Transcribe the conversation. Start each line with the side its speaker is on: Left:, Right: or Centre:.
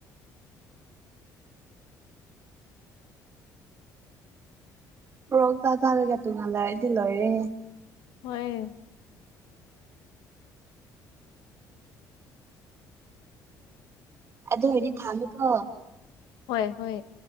Right: ꯄ꯭ꯔꯣꯛ ꯆꯥ ꯆꯥꯔꯒ ꯇꯨꯡ ꯍꯟꯗꯔꯗꯤ ꯂꯣꯏꯔꯦ
Left: ꯍꯣꯏ
Right: ꯑꯗꯨ ꯑꯣꯏꯗꯤ ꯊꯥꯝꯃꯦꯀꯣ
Left: ꯍꯣꯏ ꯍꯣꯏ